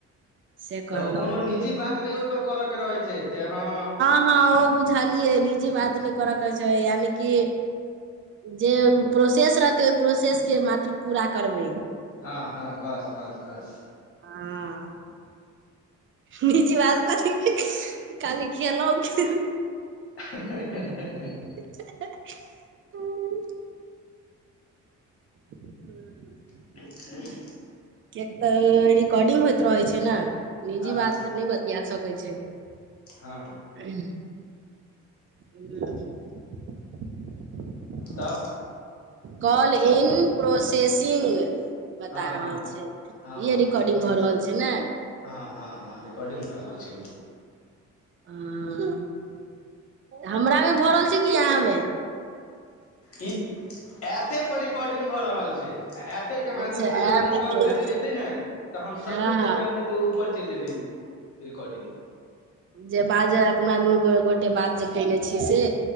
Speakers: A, on the right (about 40°); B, on the left (about 50°).
A: से
B: तऽ
A: कहलहुँ
B: कोनो निजी बात नहि ओहिपर करय के रहैत छै जे हँ
A: हँ ओ बुझलियै निजी बात नहि करऽ के छै यानि कि। जे प्रोसेस रहतै ओहि प्रोसेस के मात्र पूरा करबै।
B: हँ - हँ - बस - बस - बस।
A: हँ अ अ निजी बात करथ काली खेलउ कि
B: हा हा हा
A: <unintelligible> हूं <unintelligible> हू
B: <unintelligible> ह
A: कियाक त रिकोर्डिन होइत रहैए छै नै निजी
B: हँ
A: बात तऽ न बतिया सकै छै हम्म
B: हँ
A: <inaudible> ह <inaudible>
B: तब
A: कॉल इन प्रोसेसिंग। बता
B: हँ
A: रहल
B: हँ
A: छै इहे
B: हँ हँ
A: रिकॉर्डिंग
B: तऽ ओ प्रोसेस
A: भऽ रहल छै ने।
B: हँ - हँ - हँ रिकॉर्डिंग भऽ रहल छै ओ।
A: आ <unintelligible> हमरा मे भए रहल छै कि आहाँ मे।
B: इ एपे पर रिकोडिन भ रहल छैए ए एप। त के माध्यम
A: अच्छा
B: स जहन
A: ऐप
B: इ कॉल
A: पर
B: कइट जैते ने त हम सममीट
A: हँ हँ
B: जे करबैइ। तऽ ऊपर चलि जेतेए उ रिकॉर्डिंग
A: जे बाजव अपना दुनू गोटे बात जे केने छीय से